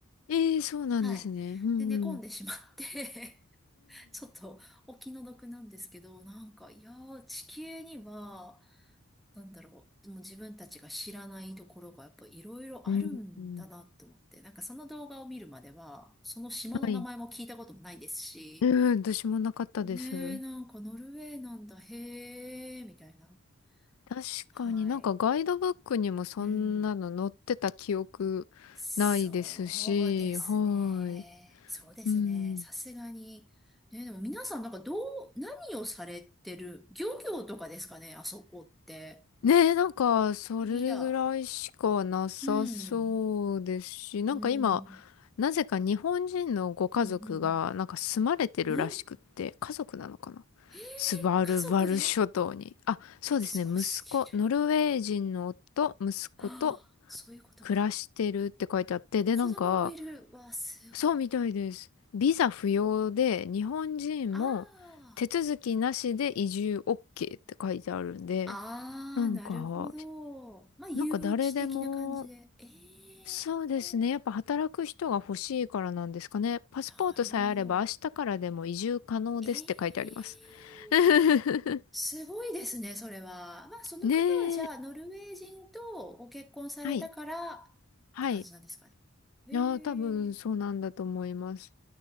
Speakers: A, on the left (about 80°); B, in the centre.
A: ええ、そうなんですね。
B: はい。
A: うんうん。
B: で、寝込んでしまって <laughs> ちょっとお気の毒なんですけど、なんか、いやー、地球には、なんだろう、でも自分たちが知らないところがやっぱいろいろあるんだなと思って、
A: うん。うん。
B: なんかその動画を見るまでは、その島の名前も聞いたこともないですし、
A: はい。うん、私もなかったです。
B: ねえ、なんかノルウェーなんだ、へえ、みたいな。
A: 確かになんかガイドブックにもそんなの載ってた記憶ないですし、
B: はい。うん。そうですね。
A: はい。
B: そうですね。
A: うん。
B: さすがに。ね、でも皆さんなんかどう、何をされてる漁業とかですかね、あそこって。
A: ねえ、なんかそれぐらいしかなさそうですし、
B: 不思議だ。うん。
A: なんか今、
B: うん。
A: なぜか日本人のご家族がなんか住まれてるらしくって、
B: うん。うん。うん
A: 家族なのかな
B: えー、
A: スバルバル諸島に。
B: 家族で
A: あ、そうですね、
B: すごすぎる。
A: 息子、ノルウェー人の夫、息子と
B: ああ、そういうことか。
A: 暮らしてるって書いてあって、で、
B: 子供もいる。
A: なんか、
B: わ、すごい。
A: そうみたいです。ビザ不要で、日本人も手続きなしで移住
B: ああ。
A: OK って書いてあるんで、
B: ああ、
A: なんか、
B: なるほど。まあ、誘致的な感じで。
A: なんか誰でも、
B: ええ
A: そうですね。やっぱ働く人が欲しいからなんですかね。パスポートさえあれば明日からでも移住可能ですって書いてあります。
B: なるほど。ええー
A: <laughs>
B: すごいですね、それは。まあ、その方はじゃあ、
A: ねえ。
B: ノルウェー人とご結婚されたからっ
A: はい。はい。
B: て感じなんですかね。
A: い
B: ええ
A: やー、多分そうなんだと思います。